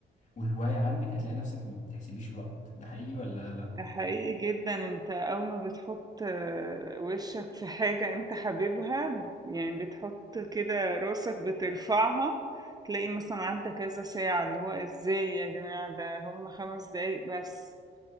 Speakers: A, on the left (about 35°); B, on the right (about 20°).
A: وهواية عندك هتلاقي نفسك ما بتحسبيش الوقت ده حقيقي ولا لأ؟
B: ده حقيقي جدا انت اول ما بتحط آه، وشك في حاجة انت حاببها يعني بتحط كده راسك بترفعها تلاقي مثلا عدى كذا ساعة اللي هو ازاي يا جماعة ده هم خمس دقايق بس